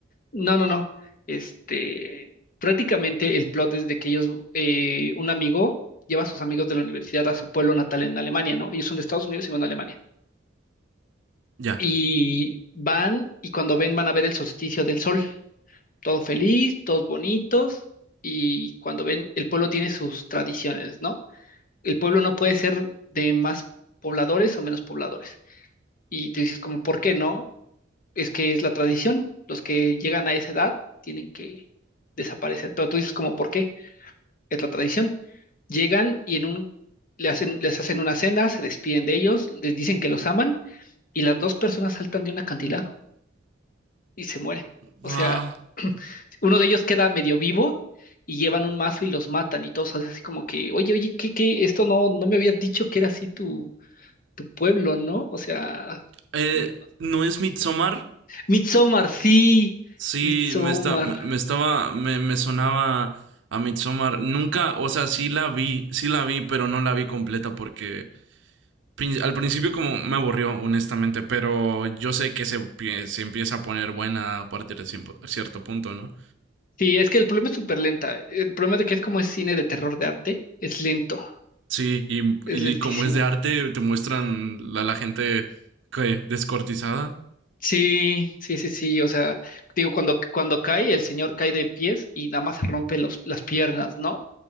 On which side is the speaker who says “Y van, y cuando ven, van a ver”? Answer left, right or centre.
Left